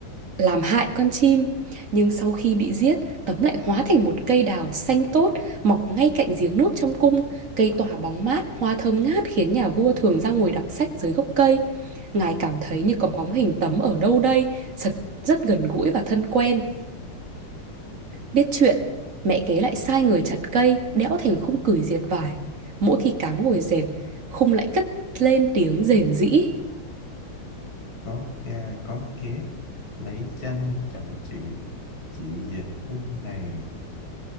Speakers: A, on the right; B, on the left.
A: làm hại con chim. Nhưng sau khi bị giết, Tấm lại hóa thành một cây đào xanh tốt, mọc ngay cạnh giếng nước trong cung. Cây tỏa bóng mát, hoa thơm ngát khiến nhà vua thường ra ngồi đọc sách dưới gốc cây. Ngài cảm thấy như có bóng hình Tấm ở đâu đây, rất, rất gần gũi và thân quen. Biết chuyện, mẹ kế lại sai người chặt cây, đẽo thành khung cửi diệt vải. Mỗi khi cám ngồi dệt, khung lại cất lên tiếng rền rĩ.
B: có ca có két lấy chanh chồng chị chị về khúc này